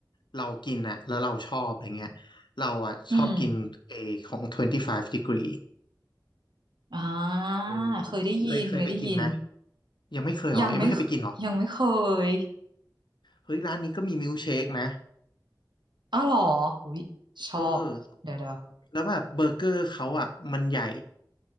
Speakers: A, on the left (about 75°); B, on the right (about 75°).
A: เรากินน่ะแล้วเราชอบอะไรเงี้ยเราอ่ะชอบกินเอของ25
B: อืม
A: degree
B: อ่า
A: เออเคยเคยไปกินไหม
B: เคยได้ยินเคยได้ยิน
A: ยังไม่เคยเหรอยังไม่เคยไปกินเหรอ
B: ยังไม่เคยังไม่เคย
A: เฮ้ยร้านนี้ก็มีมิลค์เชคนะ
B: อ้าวเหรออุ้ยชอบเดี๋ยวเดี๋ยว
A: เออแล้วแบบเบอร์เกอร์เขาอ่ะมันใหญ่